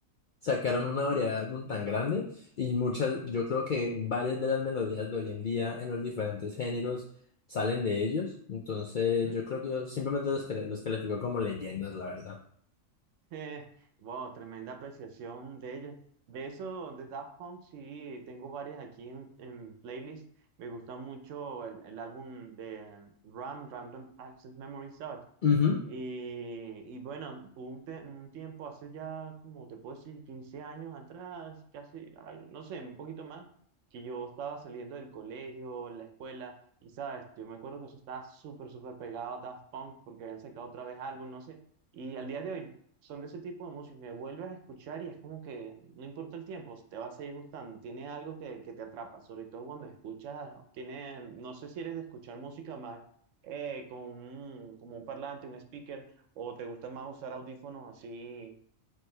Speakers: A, on the left; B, on the right.
A: sacaron una variedad de álbum tan grande y muchas, yo creo que varias de las melodías de hoy en día en los diferentes géneros salen de ellos. Entonces,
B: Ujú.
A: yo creo
B: <laughs>
A: que yo simplemente los, cali- los califico como leyendas, la verdad.
B: Eh, wow, tremenda apreciación de ellos. De eso, de Daft Punk, sí, tengo varias aquí en, en playlist. Me gusta mucho el, el álbum de eh, Ram, Random Access Memory, ¿sabes?
A: Ujú.
B: Y, y bueno, hubo un, te- un tiempo hace ya, como te puedo decir, 15 años atrás, casi, al- no sé, un poquito más, que yo estaba saliendo del colegio, la escuela, y sabes, yo me acuerdo que eso estaba súper, súper pegado a Daft Punk, porque habían sacado otra vez álbum, no sé, y al día de hoy son de ese tipo de música que vuelves a escuchar y es como que no importa el tiempo, te va a seguir gustando, tiene algo que, que te atrapa, sobre todo cuando escuchas, tiene, no sé si eres de escuchar música más eh, con un, como un parlante, un speaker, o te gusta más usar audífonos así.